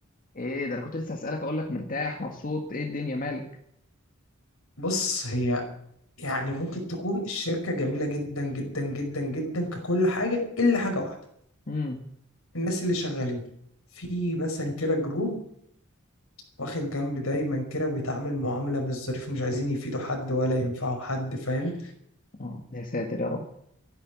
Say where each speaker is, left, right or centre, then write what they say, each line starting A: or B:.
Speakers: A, on the left; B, on the left.
A: ايه ده انا كنت لسه هسالك اقول لك مرتاح مبسوط ايه الدنيا مالك
B: بص هي يعني ممكن تكون الشركة جميلة جدا جدا جدا جدا ككل حاجة إلا حاجة واحدة
A: امم
B: الناس اللي شغالين في مثلا كده جروب واخد جنب دايما كده وبيتعامل معاملة مش ظريفة مش عايزين يفيدوا حد ولا ينفعوا حد فاهم
A: اه يا ساتر يا رب